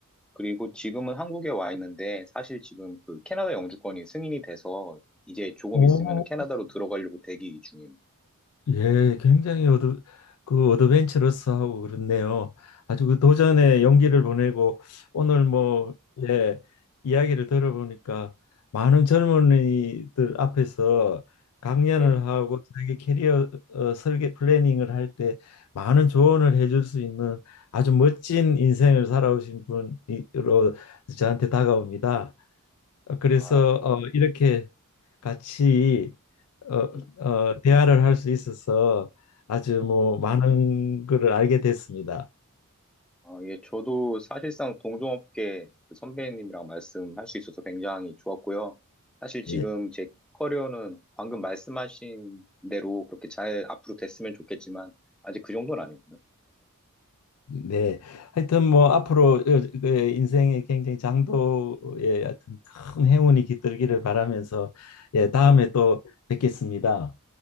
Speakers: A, in the centre; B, on the left (about 75°).
A: 그리고 지금은 한국에 와 있는데 사실 지금 그 캐나다 영주권이 승인이 돼서 이제 조금
B: 오,
A: 있으면 캐나다로 들어가려고 대기 중이에요.
B: 예, 굉장히 어드, 그 어드벤처러스하고 그렇네요. 아주 그 도전의 용기를 보내고 오늘 뭐,
A: 예,
B: 예, 이야기를 들어보니까 많은 젊은이들 앞에서 강연을
A: 예.
B: 하고 자기 캐리어 어, 설계 플래닝을 할 때 많은 조언을 해줄 수 있는 아주 멋진 인생을 살아오신 분으로 저한테 다가옵니다. 어, 그래서
A: 아,
B: 어, 이렇게 같이 어,
A: 음,
B: 어, 대화를 할 수 있어서 아주
A: 음.
B: 뭐 많은 거를 알게 됐습니다.
A: 아, 예, 저도 사실상 동종업계 그 선배님이랑 말씀할 수 있어서 굉장히 좋았고요. 사실 지금
B: 예,
A: 제 커리어는 방금 말씀하신 대로 그렇게 잘 앞으로 됐으면 좋겠지만, 아직 그 정도는 아닙니다.
B: 네. 하여튼 뭐 앞으로 어, 그 인생의 굉장히 장도의 하여튼 큰 행운이 깃들기를 바라면서 예, 다음에
A: 예.
B: 또 뵙겠습니다.